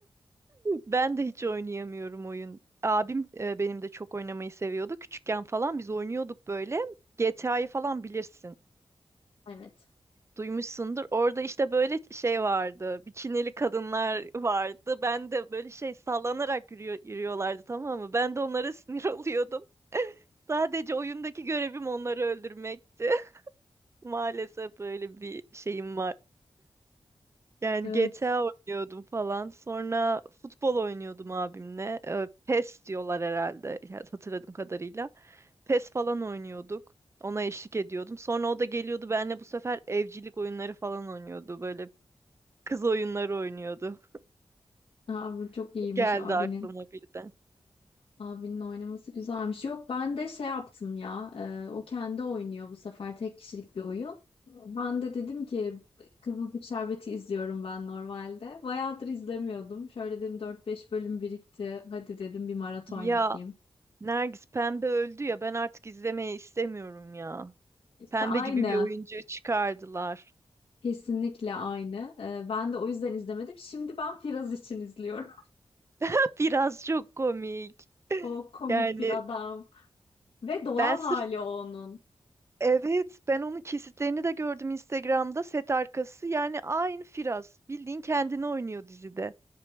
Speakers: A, on the right; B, on the left.
A: ben de hiç oynayamıyorum oyun. Abim e, benim de çok oynamayı seviyordu. Küçükken falan biz oynuyorduk böyle. GTA'yı falan bilirsin.
B: Evet.
A: Duymuşsundur. Orada işte böyle şey vardı. Bikinili kadınlar vardı. Ben de böyle şey sallanarak yürüyor, yürüyorlardı tamam mı? Ben de onlara sinir <laughs> oluyordum. Sadece oyundaki görevim onları öldürmekti. <laughs> Maalesef böyle bir şeyim var. Yani
B: Evet.
A: GTA oynuyordum falan. Sonra futbol oynuyordum abimle. Ee, PES diyorlar herhalde yani hatırladığım kadarıyla. PES falan oynuyorduk. Ona eşlik ediyordum. Sonra o da geliyordu benimle bu sefer evcilik oyunları falan oynuyordu. Böyle kız oyunları oynuyordu.
B: Abi çok
A: <laughs>
B: iyiymiş
A: Geldi
B: abinin.
A: aklıma birden.
B: Abinin oynaması güzelmiş. Yok ben de şey yaptım ya. e, o kendi oynuyor bu sefer tek kişilik bir oyun. Ben de dedim ki Kızılcık Şerbeti izliyorum ben normalde. Bayağıdır izlemiyordum. Şöyle dedim dört beş bölüm birikti. Hadi dedim bir maraton
A: Ya
B: yapayım.
A: Nergis Pembe öldü ya ben artık izlemeyi istemiyorum ya.
B: İşte
A: Pembe
B: aynı.
A: gibi bir oyuncu çıkardılar.
B: Kesinlikle aynı. E, ben de o yüzden izlemedim. Şimdi ben Firaz için izliyorum.
A: <laughs>
B: <laughs>
A: Biraz çok komik. <laughs>
B: Çok komik
A: Yani
B: bir adam. Ve doğal
A: ben sırf
B: hali o onun.
A: Evet, ben onun kesitlerini de gördüm Instagram'da set arkası. Yani aynı Firaz. Bildiğin kendini oynuyor dizide.